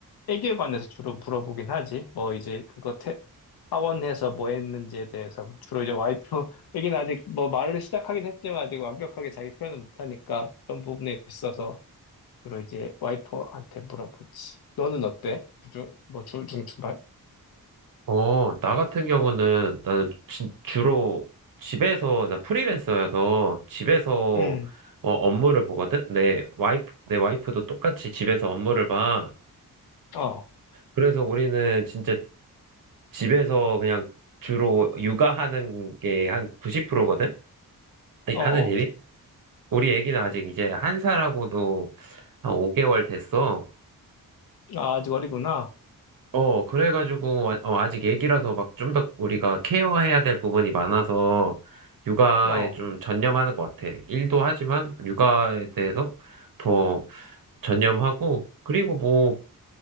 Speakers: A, on the left; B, on the right.
A: 애기에 관해서 주로 물어보긴 하지 뭐 이제 그거 태 하원해서 뭐 했는지에 대해서 주로 이제 와이프 <laughs> 얘기는 아직 뭐 말을 시작하긴 했지만 아직 완벽하게 자기 표현은 못하니까 그런 부분에 있어서 주로 이제 와이퍼한테 물어보지. 너는 어때? 주중, 뭐, 중, 중충발?
B: 어, 나 같은 경우는 나는 주, 주로 집에서, 나 프리랜서여서 집에서
A: 응,
B: 어, 업무를 보거든? 내 와이프, 내 와이프도 똑같이 집에서 업무를 봐.
A: 어,
B: 그래서 우리는 진짜 집에서 그냥 주로 육아하는 게 한 90%거든? 네,
A: 어,
B: 하는
A: 어.
B: 일이? 우리 애기는 아직 이제 한 살하고도 한 5개월 됐어.
A: 아, 아직 어리구나.
B: 어, 그래가지고, 와- 어, 아직 애기라서 막 좀 더 우리가 케어해야 될 부분이 많아서 육아에
A: 어,
B: 좀 전념하는 것 같아. 일도 하지만 육아에 대해서 더 전념하고, 그리고 뭐